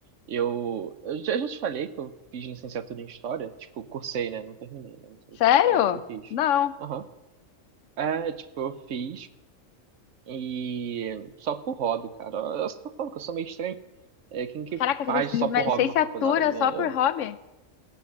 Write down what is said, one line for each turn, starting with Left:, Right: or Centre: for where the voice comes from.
Right: Eu, eu já já te falei que eu fiz licenciatura em História, tipo, cursei, né? Não terminei, né? Mas eu,
Left: Sério?
Right: tava, eu fiz.
Left: Não.
Right: Aham. É, tipo, eu fiz e só por hobby, cara. Eu só tô falando que eu sou meio estranho. É, quem que
Left: Caraca,
Right: faz
Left: você fez
Right: só
Left: uma
Right: por
Left: licenciatura
Right: hobby uma faculdade? né?
Left: só por
Right: Eu,
Left: hobby?